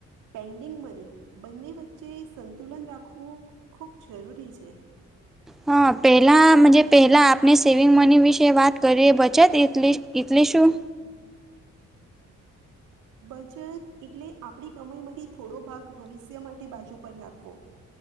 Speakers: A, on the right; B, in the centre.
A: પેન્ડિંગ મની બંને વચ્ચે સંતુલન રાખવું ખૂબ જરૂરી છે.
B: હા પહેલાં મનજે પહેલાં આપણે સેવિંગ મની વિશે વાત કરીએ બચત એટલી એટલે શું?
A: હમ, બચત એટલે આપણી કમાઈ માંથી થોડો ભાગ ભવિષ્ય માટે બાજુ પર રાખવો.